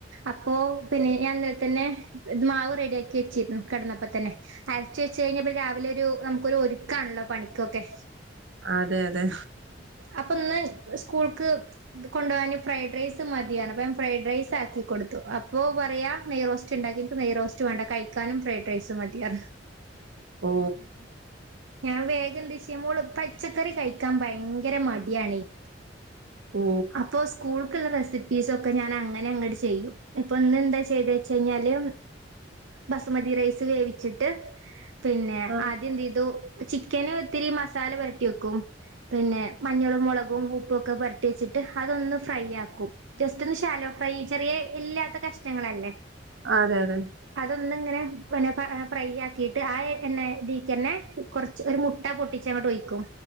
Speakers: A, on the right (about 85°); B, on the right (about 70°).
A: അപ്പോ പിന്നെ ഞാൻ ഇന്നൽത്തന്നെ ഇത് മാവ് റെഡിയാക്കി വെച്ചിരുന്നു കെടന്നപ്പ തന്നെ അരച്ച് വെച്ച് കഴിഞ്ഞപ്പോ രാവിലൊരു നമുക്കൊരു ഒരുക്കാണല്ലോ പണിക്കൊക്കെ
B: അതെയതെ
A: അപ്പ്ന്ന് സ്കൂൾക്ക് ത് കൊണ്ടോവാന് ഫ്രൈഡ് റൈസ് മതിയറഞ് അപ്പ ഞാൻ ഫ്രൈഡ് റൈസാക്കി കൊടുത്തു അപ്പോ പറയാ നെയ് റോസ്റ്റ്ണ്ടാ ണ്ടാക്കീട്ട് നെയ്റോസ്റ്റ് വേണ്ട കയ്ക്കാനും ഫ്രൈഡ് റൈസ് മതിയറഞ്ഞ്
B: ഓ
A: ഞാൻ വേഗെന്ത് ചെയ്യ മോള് പച്ചക്കറി കഴിക്കാൻ ഭയങ്കര മടിയാണേയ്
B: ഓ
A: അപ്പോ സ്കൂൾ ക്ക്ള്ള റെസിപ്പീസൊക്കെ ഞാനങ്ങനെ അങ്ങ്ട് ചെയ്യും ഇപ്പൊ ഇന്നെന്താ ചെയ്തേച്ചൈഞ്ഞാല് ബസുമതി റൈസ് വേവിച്ചട്ട് പിന്നെ
B: ആഹ്
A: ആദ്യെന്തെയ്തു ചിക്കന് ഇത്തിരി മസാല പെരട്ടി വെക്കും പിന്നെ മഞ്ഞളും മൊളകും ഉപ്പു ഒക്ക പെരട്ടി വെച്ചിട്ട് അതൊന്ന് ഫ്രൈയാക്കും ജസ്റ്റ് ഒന്ന് ഷാലോ ഫ്രൈ ചെറിയ എല്ലില്ലാത്ത കഷ്ണങ്ങളല്ലേ
B: അതെ അതെ
A: ഒന്ന്ങ്ങനെ പിന്നെ പാ ഫ്രൈയാക്കീട്ട് ആ എ എണ്ണേദീക്കന്നെ കൊറച്ച് ഒരു മുട്ട പൊട്ടിച്ച ങ്ങടൊയിക്കും